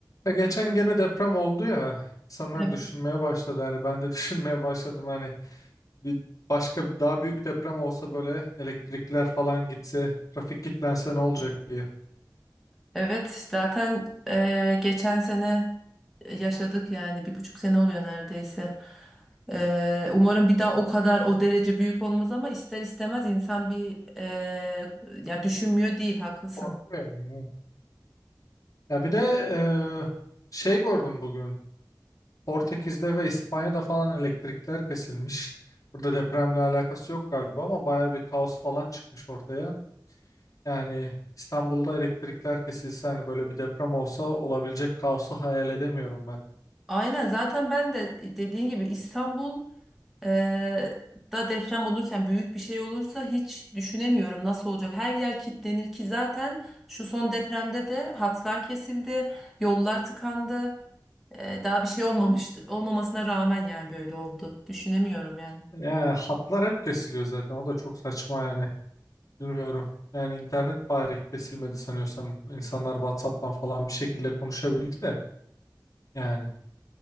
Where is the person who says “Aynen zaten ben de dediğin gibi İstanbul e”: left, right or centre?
Centre